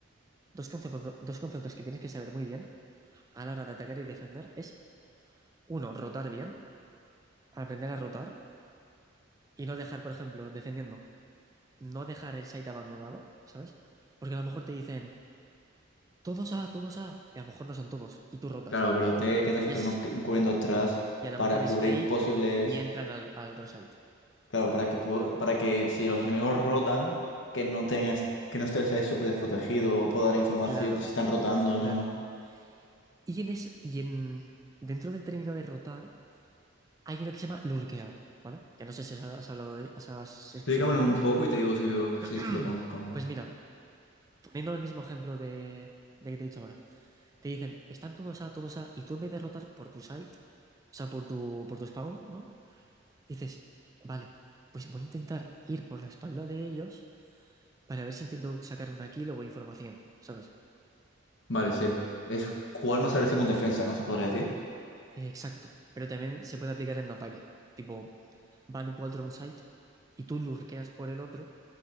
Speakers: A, on the right; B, on the left.
A: Dos conceptos, do- dos conceptos que tienes que saber muy bien a la hora de atacar y defender es, uno, rotar bien, aprender a rotar y no dejar, por ejemplo, defendiendo, no dejar el site abandonado, ¿sabes? Porque a lo mejor te dicen, todos A, todos A, y a lo mejor no son todos, y tú rotas.
B: Claro, pero te que estar siempre
A: Y es,
B: uno cu- cubriendo atrás
A: y a lo
B: para
A: mejor es
B: cubrir
A: fake
B: posibles...
A: y entran al, al otro site.
B: Claro, para que, pu- para que si los enemigos rotan, que no tengas, que no estés ahí súper desprotegido o pueda dar información
A: Claro,
B: de si están rotando
A: claro.
B: o no.
A: Y en es, y en dentro del término de rotar hay uno que se llama lurkear, ¿vale? Que no sé si has has hablado de, has, has
B: Explícamelo
A: escuchado de
B: un
A: ello.
B: poco y te digo si lo,
A: <clears throat>
B: si lo conozco o no.
A: Pues mira, poniendo el mismo ejemplo de, de que te he dicho ahora. Te dicen, están todos A, todos A, y tú en vez de rotar por tu site, o sea, por tu, por tu spawn, ¿no? Dices, vale, pues voy a intentar ir por la espalda de ellos para ver si intento sacar una kill o información, ¿sabes?
B: Vale, sí. Es jugar más agresivo en defensa, ¿no? ¿Se podría decir?
A: Eh, Exacto, pero también se puede aplicar en ataque. Tipo, van cuatro a un site y tú lurqueas por el otro